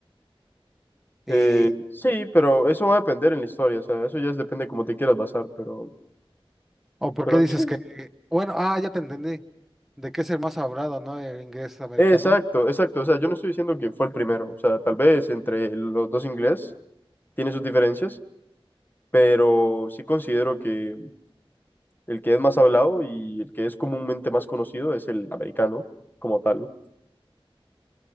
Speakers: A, in the centre; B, on the left (about 20°).
A: Y,
B: Eh, sí, pero eso va a depender en la historia, o sea, eso ya es- depende cómo te quieras basar, pero
A: ¿o por
B: Pero
A: qué dices
B: sí,
A: que, bueno, ah, ya te entendí, de que es el más hablado, ¿no? El inglés americano.
B: exacto, exacto. O sea, yo no estoy diciendo que fue el primero. O sea, tal vez entre los dos inglés tiene sus diferencias, pero sí considero que el que es más hablado y el que es comúnmente más conocido es el americano como tal.